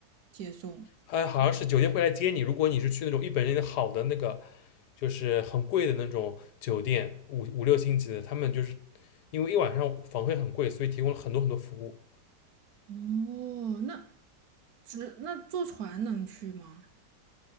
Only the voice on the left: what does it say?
呃，好像是酒店会来接你。如果你是去那种一本正的好的那个，就是很贵的那种酒店，五五六星级的，他们就是因为一晚上房费很贵，所以提供了很多很多服务。